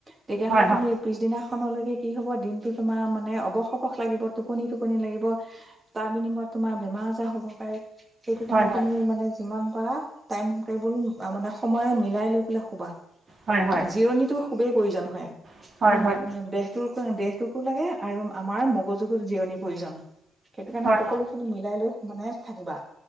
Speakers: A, on the right (about 25°); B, on the right (about 45°).
A: তেতিয়াহ'লে
B: হয় হয়
A: তুমি পিছদিনা কি হব দিনতটো তোমাৰ মানে অবস অবস লাগিব টোপনি টোপনি লাগিব তাৰ বিনিময়ত তোমাৰ বেমাৰ আজাৰ হব পাৰে। সেইটো কাৰণে
B: হয় হয়
A: তুমি মানে। যিমান পাৰা টাইম টেবুল মানে সময়ো মিলাই লৈ পেলাই শুবা
B: হয় হয়
A: জিৰণিটো খুবেই প্ৰয়োজন হয়
B: হয়
A: খান
B: হয়
A: দেহটোৰ দেহটোকো লাগে আৰু আমাৰ মগজুকত জিৰণিৰ প্ৰয়োজন। সেইটো কাৰণে
B: হয়
A: সকলো খিনি মিলাই লৈ মানে থাকিবা।